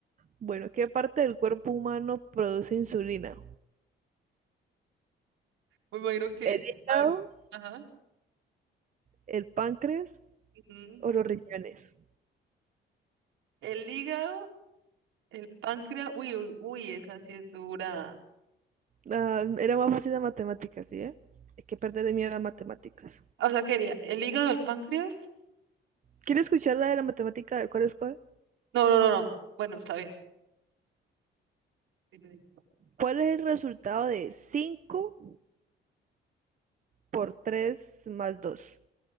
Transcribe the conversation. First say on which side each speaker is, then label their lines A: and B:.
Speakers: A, on the right; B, on the right.
A: Bueno, ¿qué parte del cuerpo humano produce insulina?
B: Me imagino que,
A: ¿El hígado,
B: a ver, ajá.
A: el páncreas
B: ujú.
A: o los riñones?
B: El hígado, el páncreas. Uy, uy, uy, esa sí es dura.
A: Ah, era más fácil las matemáticas, ¿sí? eh? Hay que perder de miedo a las matemáticas.
B: Ah, O sea, quería el hígado, el páncreas.
A: ¿Quiere escuchar la de la matemática del cual escoge?
B: No, no, no, no. Bueno, está bien. dime.
A: ¿Cuál es el resultado de 5 por 3 más 2?